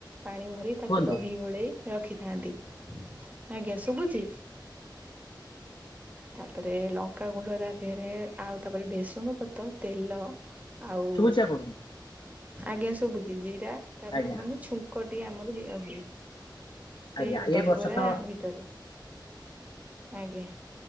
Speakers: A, on the right; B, on the left.
A: ପାଣି ଭରି ତାକୁ
B: କୁହନ୍ତୁ
A: ଦହି ଗୋଳେଇ ରଖିଥାନ୍ତି। ଆଜ୍ଞା ଶୁଭୁଛିି? ତାପରେ ଲଙ୍କା ଗୁଣ୍ଡ ତା ଦେହରେ ଆଉ ତାପରେ ଭେସୁଙ୍ଗ ପତ୍ର ତେଲ ଆଉ
B: ଶୁଭୁଛି ଆପଣଙ୍କୁ
A: ଆଜ୍ଞା ଶୁଭୁଛି ଜିରା ତାର
B: ଆଜ୍ଞା
A: ମାନେ ଛୁଙ୍କଟି ଆମର ଫୁଲିଆ ହୁଏ ସେଇ
B: ଆଜ୍ଞା ଏ
A: ଦହିବରା
B: ବର୍ଷ ତ
A: ଭି ତରେ ଆଜ୍ଞା।